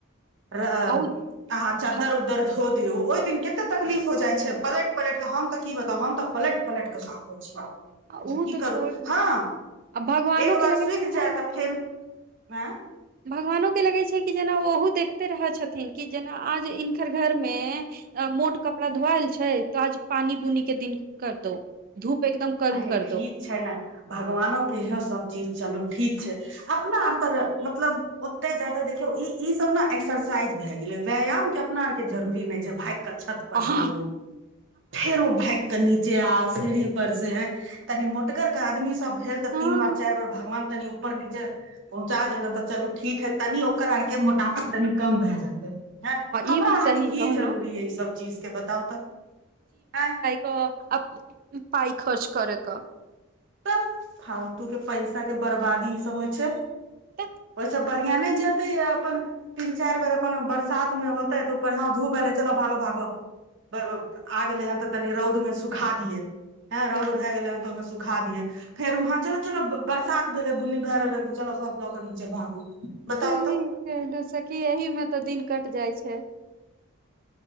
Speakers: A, on the right (about 60°); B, on the right (about 45°).
A: रअ
B: आ उ
A: आंहा चदर
B: भक
A: उदर धो धो दिऔ ओइ दिन कते तकलीफ हो जाइ छै पलट पलट कऽ हम तऽ की बताउ हम तऽ पलट पलट केऽ
B: उ तऽ
A: <inaudible> करू
B: छोड़
A: हँ
B: आ भगवानो
A: एक बार
B: के लगै
A: सुख
B: छै ने
A: जाय
B: ह
A: तऽ फेरु आँ
B: भगवानो के लगै छै कि जेना ओ ओहो देखते रहै छथिन कि जेना आज हिनकर घर मे अ मोट कपड़ा धोवल छै तो आज पानी बुनी के दिन कर दो धूप एकदम कम
A: अहे
B: कर
A: ठीक
B: दो
A: छै ने भगवानो के इहो सब चीज चलू ठीक छै अपना अर तर मतलब ओते जादा देखियौ ई ई सब ने एक्सरसाइज भए गेलै व्यायाम के अपना आरके जरूरी नय छै भागि कऽ छत पर
B: हँ
A: जो फेरो भाग कऽ नीचे आ सीढ़ी पर से तनि मोटगर के आदमी सब भेल तऽ
B: हँ
A: तीन बार चार बेर भगवान तनि ऊपर नीचे पहुँचा देलन तऽ चलू ठीक हइ तनि ओकर आरके मोटाफा तनि कम भए जेतै हँ हमरा
B: ई भी सही
A: अहाँके की
B: कहलहु
A: जरूरी य ईसभ चीजके बताउ तऽ आ
B: त पाइ खर्च करै क
A: तऽ फालतू के पैसा के बर्बादी ई सब होइ छै
B: तऽ
A: ओरसे <unintelligible> जतै है अपन तीन चारि बेर अप्पन बरसात में होते तऽ ऊपर ह धूप एले चलो भागो भागो आ गेलै हन तऽ तनी रौद में सुखा दियए हे रौद
B: ए बा
A: भए गेलै हन तऽ ओहि में सुखा दियै र ह चल चलो बरसात भेलै बुन्नी भए रहल ह तऽ चल सभी लऽ के नीचे भागू बताउ
B: सही
A: तऽ
B: कहल से कि एहिही में तऽ दिन कट जाइ छै।